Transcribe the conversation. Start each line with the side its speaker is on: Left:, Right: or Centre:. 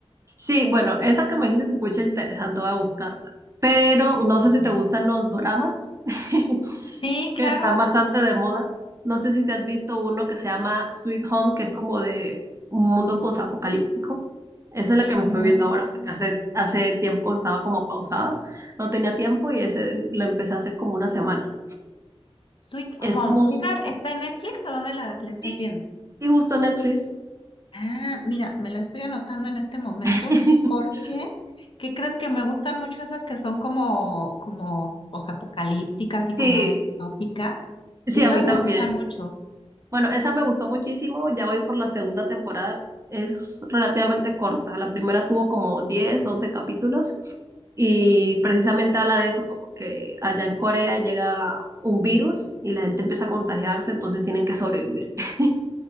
Right: Sí, bueno, esa que me dijiste se escucha interesante, voy a buscarla. Pero no sé si te gustan los doramas. <laughs>
Left: Sí, claro.
Right: están bastante de moda. No sé si te has visto uno que se llama Sweet Home, que es como de un mundo posapocalíptico. Esa es la que me
Left: No.
Right: estoy viendo ahora porque hace, hace tiempo estaba como pausada, no tenía tiempo y ese lo empecé hace como una semana.
Left: Sweet
Right: Es
Left: Home.
Right: como,
Left: ¿Esa está en Netflix o dónde la, la estás
Right: sí,
Left: viendo?
Right: sí, justo Netflix.
Left: Ah, mira, me la estoy anotando en este momento
Right: <laughs>
Left: porque, ¿qué crees que me gustan mucho esas que son como, como, posapocalípticas y como
Right: Sí,
Left: distópicas?
Right: sí,
Left: Esas
Right: a mí también.
Left: me gustan mucho.
Right: Bueno, esa me gustó muchísimo, ya voy por la segunda temporada, es relativamente corta, la primera tuvo como diez once capítulos Y precisamente habla de eso, como que allá en Corea llega un virus y la gente empieza a contagiarse, entonces tienen que sobrevivir. <laughs>